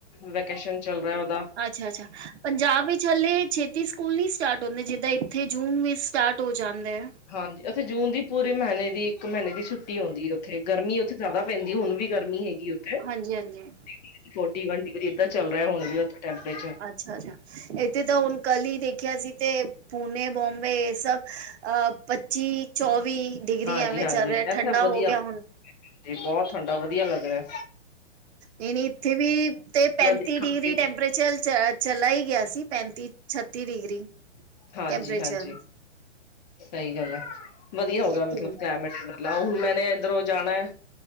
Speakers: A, on the left; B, on the right.
A: ਵੈਕੇਸ਼ਨ ਚੱਲ ਰੈ ਓ
B: ਅੱਛਾ- ਅੱਛਾ, ਪੰਜਾਬ ਵਿੱਚ ਹਲੇ ਛੇ ਛੇਤੀ ਸਕੂਲ ਨੀ ਸਟਾਰਟ ਹੁੰਦੇ, ਜਿਦਾਂ ਇੱਥੇ ਜੂਨ ਵਿੱਚ ਸਟਾਰਟ ਹੋ ਜਾਂਦੇ ਐ।
A: ਹਾਂਜੀ, ਉੱਥੇ ਜੂਨ ਦੀ ਪੂਰੇ ਮੈਂਨੇ ਦੀ ਇੱਕ ਮੀਂਨੇ ਦੀ ਛੁੱਟੀ ਹੁੰਦੀ ਏ ਉੱਥੇ, ਗਰਮੀ ਉੱਥੇ ਜਾਦਾ ਪੈਂਦੀ ਹੁਣ ਵੀ ਗਰਮੀ ਹੈਗੀ ਉੱਥੇ। forty
B: ਹਾਂਜੀ-ਹਾਂਜੀ
A: degree -forty one degree ਇਦਾਂ ਚੱਲ ਰਿਆ ਹੁਣ ਵੀ ਉੱਥੇ ਟੈਂਪਰੇਚਰ।
B: ਅੱਛਾ- ਅੱਛਾ, ਐਦੇ ਤਾਂ ਹੁਨ ਕੱਲ ਈ ਦੇਖਿਆ ਸੀ ਤੇ ਪੁੂਨੇ, ਬੋਮਬੇ ਏ ਸਭ ਅ ਪੱਚੀ, ਚੌਵੀ ਡਿਗਰੀ
A: ਹਾਂਜੀ-ਹਾਂਜੀ
B: ਐਵੇਂ ਚੱਲ ਰਿਆ
A: ਇੱਥੇ
B: ਠੰਡਾ
A: ਵਧੀਆ
B: ਹੋ ਗਿਆ ਹੁਣ
A: ਤੇ ਬਹੁਤ ਠੰਡਾ ਵਧੀਆ ਲੱਗ ਰੈ।
B: ਨਈ- ਨਈ, ਇੱਥੇ ਵੀ ਤੇ ਪੈਂਤੀ
A: ਹੁਣ ਦੇਖਾਂਗੇ
B: ਡਿਗਰੀ ਟੈਂਪਰੇਚਰ ਚ -ਚਲਾ ਈ ਗਿਆ ਸੀ ਪੈਂਤੀ, ਛੱਤੀ ਡਿਗਰੀ।
A: ਹਾਂਜੀ-
B: ਟੈਂਪਰੇਚਰ
A: ਹਾਂਜੀ ਸਈ ਗੱਲ ਐ। ਵਧੀਆ ਹੋ ਗਿਆ
B: ਹੈ ਕਿ
A: ਮਤਲਬ
B: ਨਹੀਂ
A: ਕਲਾਈਮੇਟ ਦਾ ਲਓ, ਹੁਣ ਮੈਨੇ ਐਧਰੋਂ ਜਾਣਾ ਐ